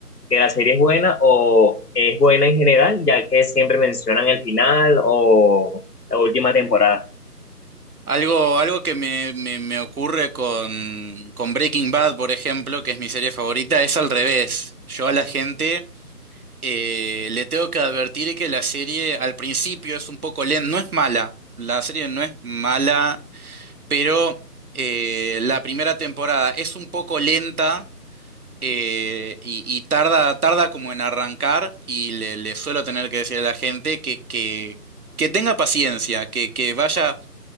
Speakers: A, on the left; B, on the right.
A: que la serie es buena o es buena en general, ya que siempre mencionan el final o la última temporada.
B: Algo, algo que me, me, me ocurre con, con Breaking Bad, por ejemplo, que es mi serie favorita, es al revés. Yo a la gente eh, le tengo que advertir que la serie al principio es un poco lenta, no es mala, la serie no es mala, pero eh, la primera temporada es un poco lenta eh, y, y tarda, tarda como en arrancar y le, le suelo tener que decir a la gente que, que, que tenga paciencia, que, que vaya